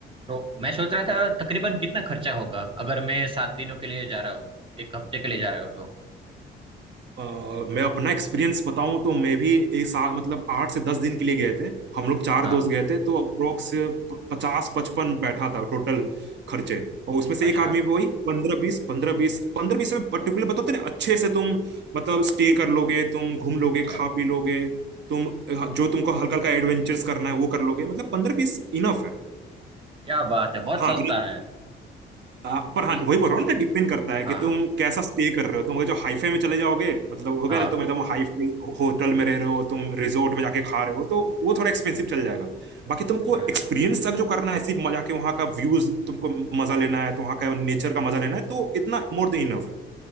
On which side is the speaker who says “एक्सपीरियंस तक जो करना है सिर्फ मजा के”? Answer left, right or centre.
Right